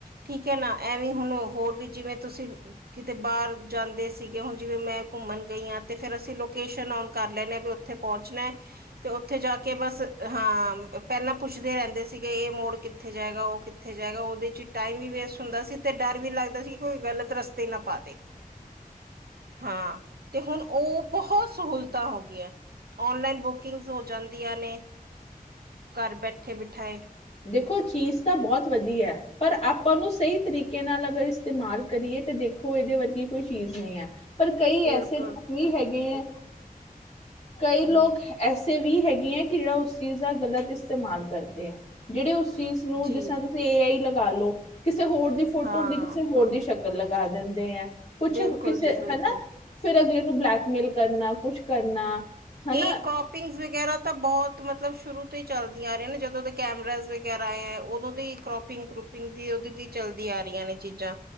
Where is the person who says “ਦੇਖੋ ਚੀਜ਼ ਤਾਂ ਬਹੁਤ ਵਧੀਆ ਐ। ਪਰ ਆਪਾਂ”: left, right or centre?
Left